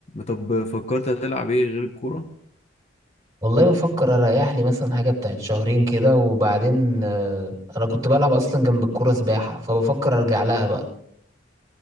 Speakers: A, on the left (about 35°); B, on the right (about 20°).
A: طب فكرت هتلعب ايه غير الكورة
B: والله بفكر أريح لي مثلا حاجة بتاعت شهرين كده وبعدين آه، أنا كنت بلعب أصلا جنب الكورة سباحة فبفكر أرجع لها بقى